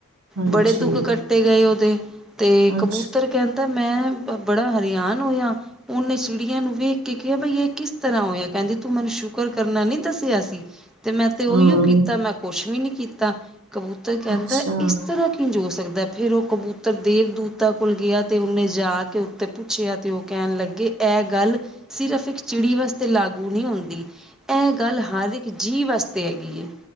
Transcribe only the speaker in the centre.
ਬੜੇ ਦੁੱਖ ਕੱਟੇ ਗਏ ਉਹਦੇ, ਤੇ ਕਬੂਤਰ
ਕਹਿੰਦਾ ਮੈਂ ਪ ਬੜਾ ਹਰਿਆਨ ਹੋਇਆ ਉਹਨੇ ਚਿੜੀਆਂ ਨੂੰ ਵੇਖ ਕੇ ਕਿਹਾ ਬਈ ਇਹ ਕਿਸ ਕਿਸ ਤਰ੍ਹਾਂ ਹੋਇਆ ਕਹਿੰਦੀ ਤੂੰ ਮੈਨੂੰ ਸ਼ੁਕਰ ਕਰਨਾ ਨੀ ਦੱਸਿਆ ਸੀ ਤੇ ਮੈਂ ਤੇ ਓਹੀਓ
ਕੀਤਾ ਮੈਂ ਕੁੱਛ ਵੀ ਨੀ ਕੀਤਾ। ਕਬੂਤਰ ਕਹਿੰਦਾ
ਇਸ ਤਰ੍ਹਾਂ ਕਿੰਝ ਹੌ ਸਕਦਾ ਫੇਰ ਉਹ ਕਬੂਤਰ ਦੇਵਦੂਤਾ ਕੋਲ ਗਿਆ ਤੇ ਉਹਨੇ ਜਾ ਕੇ ਉੱਤੇ ਪੁੱਛਿਆ ਤੇ ਉਹ ਕਹਿਣ ਲੱਗੇ ਐਹ ਗੱਲ ਸਿਰਫ ਇੱਕ ਚਿੜੀ ਵਸਤੇ ਤੇ ਲਾਗੂ ਨਹੀਂ ਹੁੰਦੀ ਇਹ ਗੱਲ ਹਰ ਇੱਕ ਜੀਅ ਵਾਸਤੇ ਹੈਗੀ ਏ